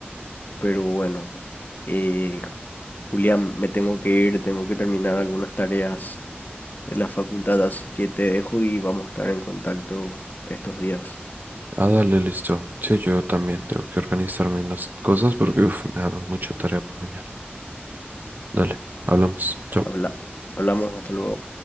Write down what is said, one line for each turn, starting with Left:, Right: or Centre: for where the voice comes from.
Left: pero bueno. eh, Julián, me tengo que ir, tengo que terminar algunas tareas de la facultad, así que te dejo y vamos a estar en contacto estos días.
Right: Ah, dale, listo. Sí, yo también tengo que organizarme en las cosas porque uf, me dejaron mucha tarea para mañana. Dale, hablamos. Chao.
Left: Habla- hablamos, hasta luego.